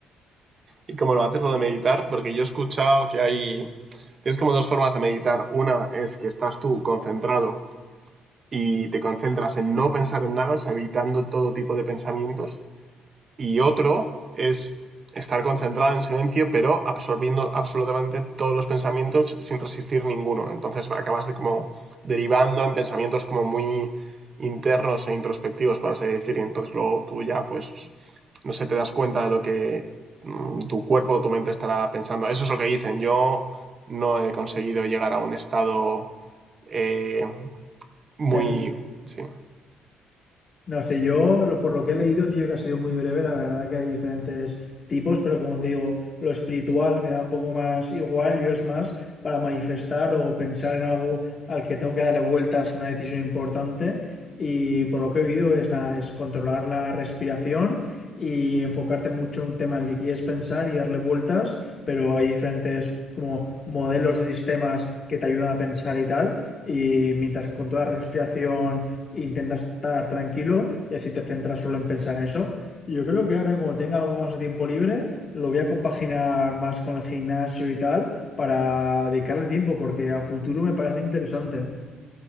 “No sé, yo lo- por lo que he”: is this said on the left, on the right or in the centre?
Left